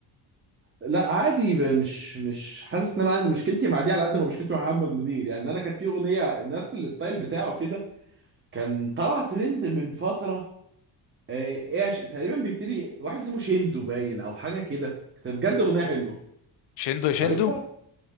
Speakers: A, on the right; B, on the left.
A: لا عادي ب- مش مش حاسس ان انا عندي مشكلتي مع دي على قد ما مشكلتي مع محمد منير يعني انا كانت في اغنيه نفس الستايل بتاعه كده كان طلع ترند من فتره ايه ش... تقريبا بيبتدي واحد اسمه شيندو باين او حاجه كده كانت بجد اغنيه حلوه
B: شندو يا شندو
A: عارفها